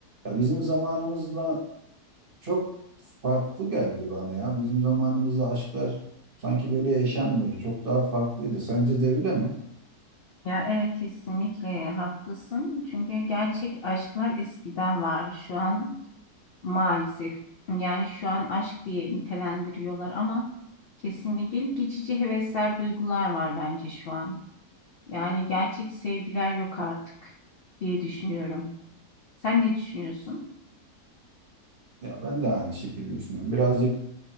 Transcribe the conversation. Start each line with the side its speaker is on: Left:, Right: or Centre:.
Right: ya bizim zamanımızda çok farklı geldi bana ya. Bizim zamanımızda aşklar sanki böyle yaşanmıyordu. Çok daha farklıydı. Sence de öyle mi?
Left: Ya evet kesinlikle haklısın. Çünkü gerçek aşklar eskiden var. Şu an maalesef yani şu an aşk diye nitelendiriyorlar ama kesinlikle gelip geçici hevesler, duygular var bence şu an. Yani gerçek sevgiler yok artık diye düşünüyorum. Sen ne düşünüyorsun?
Right: Ya ben de aynı şekilde düşünüyorum. Birazcık